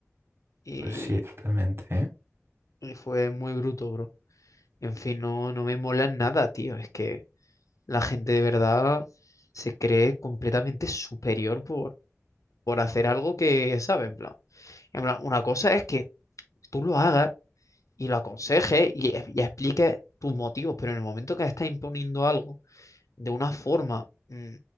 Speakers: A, on the left (about 90°); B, on the right (about 50°).
A: Y,
B: Pues sí, totalmente, ¿eh?
A: y fue muy bruto, bro. En fin, no, no me mola nada, tío. Es que la gente de verdad se cree completamente superior por, por hacer algo que, ¿sabes? En plan, en plan, una cosa es que tú lo hagas y lo aconsejes y, y expliques tus motivos, pero en el momento que estás imponiendo algo, de una forma mm,